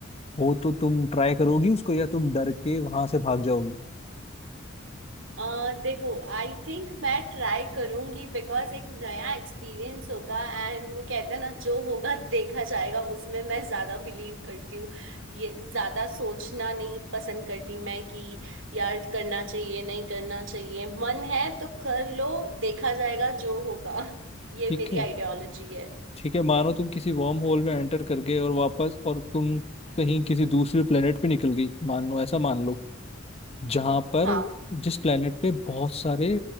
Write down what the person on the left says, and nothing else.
हो तो तुम ट्राई करोगी उसको या तुम डर के वहां से भाग जाओगी
ठीक
है
ठीक है मानो तुम किसी वर्म होल में एंटर कर गए और वापस और तुम कहीं किसी दूसरे प्लेनेट पे निकल गई मान लो ऐसा मान लो जहां पर
जिस प्लेनेट पे बहुत सारे